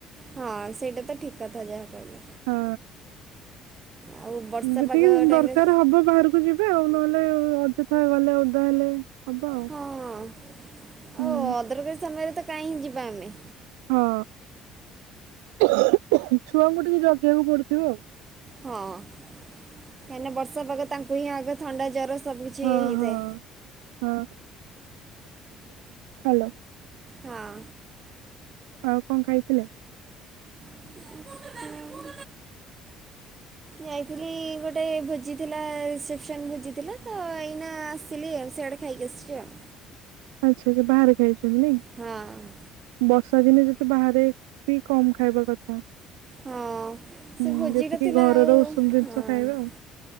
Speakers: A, on the right; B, on the right.
A: ହଁ ସେଇଟା ତ ଠିକ କଥା ଯାହା କହିଲେ।
B: ହଁ।
A: ଆଉ ବର୍ଷା
B: ଯେତିକି
A: ପାଗ ଟାଇମରେ
B: ଦରକାର ହବ ବାହାରକୁ ଯିବ ଯିବେ ଆଉ ନହେଲେ ଅଯୋଥା ଗଲେ ଓଦା ହେଲେ ହବ ଆଉ।
A: ହଁ ହଁ।
B: ହୁଁ
A: ଓ ଅଦରକାରୀ ସମୟରେ ତ କାଇହିଁ ଯିବା ଆମେ
B: ହଁ ଛୁଆଙ୍କୁ ଟିକେ ଜଗିବାକୁ ପଡୁଥିବ ଆଉ।
A: ହଁ କାହିଁକିନା ବର୍ଷା ପାଗ ତାଙ୍କୁ ହିଁ ଆଗ ଥଣ୍ଡା ଜର ସବୁ କିିଛିହିଁ
B: ଆଉ
A: ହେଇଥାଏ।
B: ହଁ ହଁ ହାଲୋ।
A: ହଁ।
B: ଆଉ କଣ ଖାଇଥିଲେ?
A: <inaudible>
B: <inaudible>
A: ଯାଇଥିଲି ଗୋଟେ ଭୋଜି ଥିଲା ରିସେପସନ୍ ଭୋଜି ଥିଲା ତ ଏଇନା ଆସିଲି ଆଉ ସେଆଡ଼େ ଖାଇକିଆସିଛି ଆଉ।
B: ଆଚ୍ଛା ଆଚ୍ଛା ବାହାରେ ଖାଇଛନ୍ତି ନାଇଁ।
A: ହଁ।
B: ବର୍ଷା ଦିନେ ଯଦି ବାହାରେ ବି କମ୍ ଖାଇବା କଥା।
A: ହଁ ସେ
B: ହୁଁ
A: ଭୋଜିଟା
B: ଯେତିକି
A: ଥିଲା
B: ଘରର
A: ଆଉ
B: ଉଷୁମ ଜିନିଷ
A: ହଁ।
B: ଖାଇବା ଆଉ।